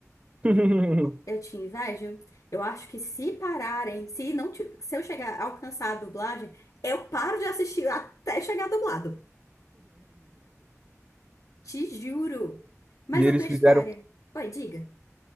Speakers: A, on the right; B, on the left.
A: <laughs>
B: Eu te invejo. Eu acho que se pararem, se não, ti- se eu chegar a alcançar a dublagem, eu paro de assistir até chegar dublado. Te juro. Mas
A: E eles
B: a tua história?
A: fizeram.
B: Oi, diga.